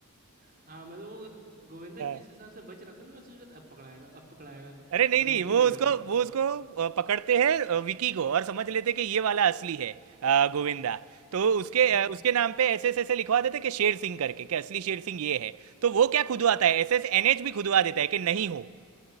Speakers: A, on the right; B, on the right.
A: हाँ मतलब वो गोविंदा
B: हाँ।
A: किस हिसाब से बच रहा था ना मैं सोच रहा था अब पकड़ाएगा अब पकड़ाएगा
B: अरे नहीं
A: हमेशा
B: नहीं वो
A: निकल जाता
B: उसको वो उसको अ, पकड़ते हैं अ, विकी को और समझ लेते हैं कि ये वाला असली है अ, गोविंदा तो उसके
A: <laughs>
B: अ, उसके नाम पे एस एस ऐसे लिखवा देते हैं कि शेर सिंह करके कि असली शेर सिंह ये है तो वो क्या खुदवाता है एस एस एन एच भी खुदवा देता है कि नहीं हो